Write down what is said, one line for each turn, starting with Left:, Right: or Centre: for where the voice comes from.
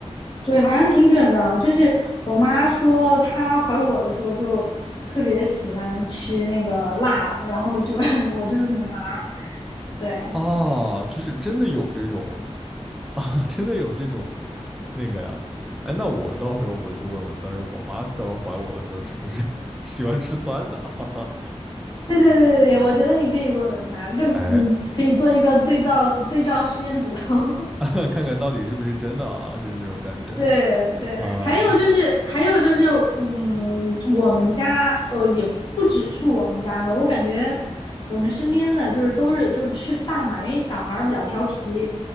Left: 对，好像挺准的。就是我妈说她怀我的时候就特别喜欢吃那个辣的，然后就 <laughs> 我就是女孩儿。对，
Centre: 哦，就是真的有这种 <laughs> 啊，真的有这种那个呀？哎，那我到时候回去问问，到时候我妈到时候怀我的时候是不是 <laughs> 喜欢吃酸的啊？
Left: 对对对对，我觉得你可以问问她，
Centre: <laughs>
Left: 就嗯可以做一个对照对照实验组。
Centre: 哎，
Left: <laughs>
Centre: <laughs> 看看到底是不是真的啊？就是那种感觉
Left: 对对，
Centre: 啊，
Left: 还有就是，还有就是，嗯，我们家呃，也不只是我们家吧，我感觉我们身边的就是都是就吃饭嘛，因为小孩儿比较调皮，